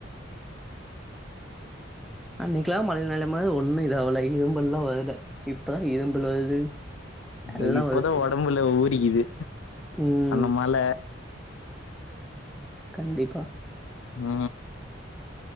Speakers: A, in the centre; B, on the left (about 80°).
A: அன்னைக்கெல்லா மழ நெலமையில ஒன்னு இதாவல இரும்பல்லா வரல இப்பதா இரும்பல் வருது எல்லாம்
B: அது இப்பதா
A: வருது.
B: ஒடம்புல ஊறிக்குது
A: ம்
B: அந்த மழ
A: கண்டிப்பா
B: ஆ